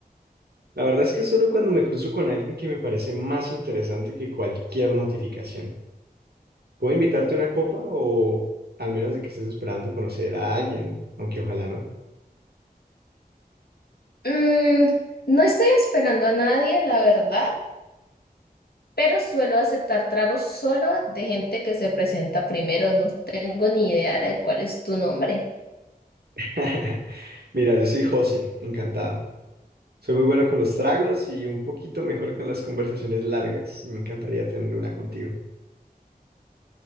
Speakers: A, on the right; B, on the left.
A: La verdad es que solo cuando me cruzo con alguien que me parece más interesante que cualquier notificación. ¿Puedo invitarte a una copa o al menos de que estés esperando conocer a alguien, aunque ojalá no?
B: Mm, no estoy esperando a nadie, la verdad, pero suelo aceptar tragos solo de gente que se presenta primero. No tengo ni idea de cuál es tu nombre.
A: <laughs> Mira, yo soy José, encantado. Soy muy bueno con los tragos y un poquito mejor con las conversaciones largas y me encantaría tener una contigo.